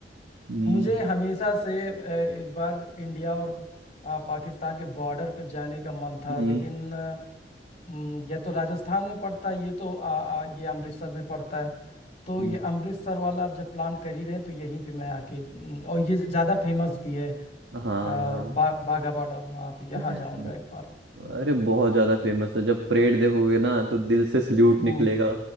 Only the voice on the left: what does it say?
मुझे हमेशा से अ, एक बार इंडिया और अ, पाकिस्तान के बॉर्डर पे जाने का मन था
लेकिन अ, हम्म, या तो राजस्थान में पड़ता है ये तो आ, आ, ये अमृतसर में पड़ता है तो
ये अमृतसर वाला आप जब प्लान कर ही रहे हैं तो यहीं पे मैं आके हम्म, और ये ज़्यादा फेमस भी है अ,
बा, बाघा बॉर्डर हाँ तो यहाँ
जाऊंगा एक बार
हम्म